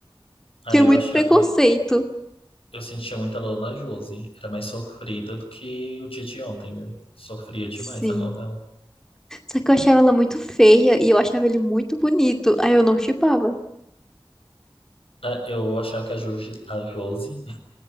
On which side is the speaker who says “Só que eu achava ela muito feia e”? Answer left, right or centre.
Centre